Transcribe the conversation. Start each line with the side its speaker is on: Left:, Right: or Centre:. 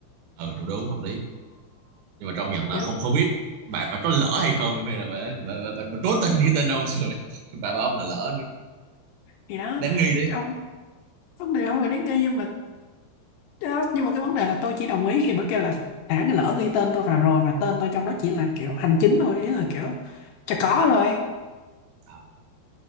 Right: ừ tôi đúng hợp lý nhưng mà trong nhận
Left: kiểu
Right: là không không biết bà bà có lỡ hay không hay là bà bà, bà, bà, bà cố tình ghi tên ông <laughs> rồi bà bảo ông là lỡ nữa
Left: thì đó
Right: đáng nghi đấy
Left: cái ông vấn đề không phải đến nghi nhưng mà đó, nhưng mà cái vấn đề là tôi chỉ đồng ý khi bà kêu là đã cái lỡ ghi tên tôi vào rồi và tên tôi trong đó chỉ là kiểu hành chính thôi ý là kiểu chả có rồi
Right: à,